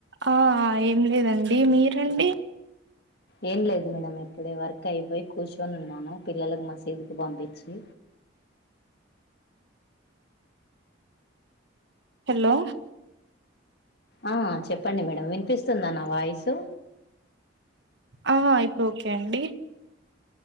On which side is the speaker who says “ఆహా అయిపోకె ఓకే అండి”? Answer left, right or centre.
Right